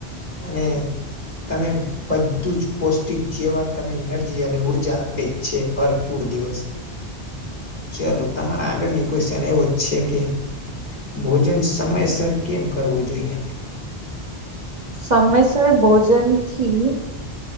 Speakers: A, on the left; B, on the right.
A: અને તમે બધું જ પૌષ્ટિક જેવા તમે એનર્જી અને ઉર્જા આપે છે ભરપૂર દિવસ ચલો તમારા આગળની ક્વેશ્ચન એવો છે કે ભોજન સમયસર કેમ કરવું જોઈએ
B: સમયસર ભોજન થી.